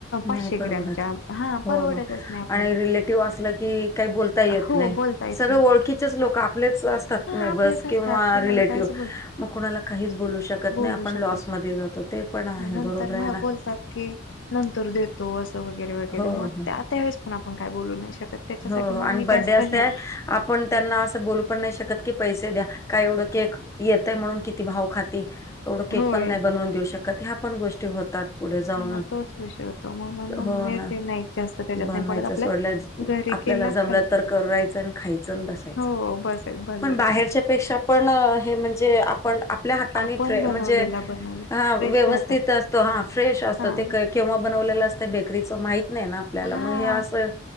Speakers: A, on the left; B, on the left.
A: पाचशे
B: नाही परवडत
A: ग्रॅमच्या हा परवडतच
B: हो हो
A: नाही आपल्याला
B: आणि रिलेटिव्ह असलं की काही बोल ता येत
A: हो
B: नाही
A: बोलता येत
B: सगळे
A: नाही.
B: ओळखीचेच लोक आपलेच असतात
A: हा
B: नेबर्स
A: आपलेच असतात
B: किंवा
A: कुणाला
B: रिलेटीव
A: कायच बोल
B: मग कुणाला काहीच बोलू शकत
A: बोलू
B: नाही आपण
A: शकत
B: लॉसमध्ये
A: नाही
B: जातो ते पण आहे
A: आणि नंतर
B: बरोबर आहे
A: मग
B: ना.
A: बोलतात की नंतर देतो तो असं वगैरे वगैरे
B: हो
A: मग
B: हो
A: त्या त्या वेळेस पण आपण काय बोलू नाही शकत त्याच्यासाठी
B: हो हो
A: मग
B: आणि
A: मी
B: बड्डे
A: जास्त
B: असते
A: हे नाही
B: आपण त्यांना असं बोलू पण नाही शकत की पैसे द्या काय एवढं केक येतय म्हणून किती भाव खाती एवढं केक
A: होय
B: पण नाही बनवून देऊ शकत ह्या पण गोष्टी होतात पुढे जाऊन
A: मग तोच विषय होतो म्हणून
B: हो
A: मी
B: ना
A: ते नाही जास्त त्याच्यात
B: बनवायचं
A: नाही पडत आपल्या
B: सोडल्या
A: घरी
B: आपल्याला
A: केला
B: जमलं
A: खाल
B: तर करायचं आणि खायचं च आणि बसायचं
A: हो बस बस
B: पण
A: झालं
B: बाहेरच्या पेक्षा पण हे म्हणजे आपण आपल्या हाताने
A: आपण
B: फ्रे
A: बनवलेला
B: म्हणजे
A: बनवला
B: व्यवस्थित
A: फ्रेश राहतं ना
B: असतो हा फ्रेश असतो
A: हा
B: ते केक केंव्हा बनवलेलं असतं बेकरीचं माहित नाही ना आपल्याला
A: हा
B: मग हे असं